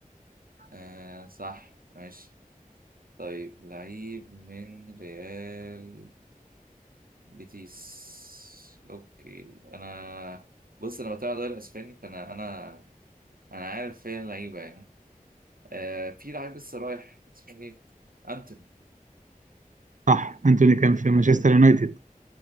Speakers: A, on the right; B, on the right.
A: آه صح ماشي طيب لعيب من ريال بيتيس اوكي انا بص انا بتابع الدوري الاسباني فانا انا انا عارف فين اللعيبه يعني آه في لعيب لسه رايح اسمه ايه؟ انتوني
B: صح انتوني كان في مانشستر يونايتد